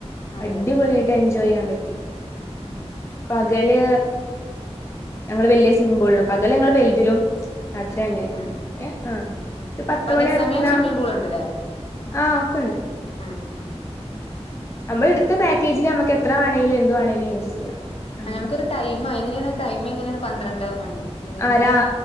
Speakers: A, on the left; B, on the left.
A: അതെ
B: അടിപൊളിയായിട്ട്
A: അതെ
B: എൻജോയ് ചെയ്യാൻ പറ്റി
A: ഉം
B: പകല് ഞങ്ങള് വലിയ സ്വിമ്മിംഗ് പൂളിലും പകല് ഞങ്ങള് വലുതിലും രാത്രി അങ്ങനെ
A: ആഹ് ആഹ്
B: ഏ ആ
A: ഉം
B: ഒരു പത്ത്
A: പകൽ
B: മണി ആയപ്പോത്തേന്
A: സമയം സ്വിമ്മിംഗ് പൂൾ ഉണ്ടല്ലേ
B: ആഹ് ഒക്കെണ്ട്
A: ആം
B: നമ്മൾ എടുത്ത പാക്കേജില് നമുക്ക് എത്ര വേണെേങ്കിലും എന്ത്‌ വേണേങ്കിലും യൂസ് ചെയ്യാം അങ്ങനെ
A: ആ നമുക്കൊരു ടൈം എങ്ങനെയാണ് ടൈമ് എങ്ങനെയാണ് പന്ത്രണ്ട് മണി എങ്ങനെയാണ്
B: ആ രാ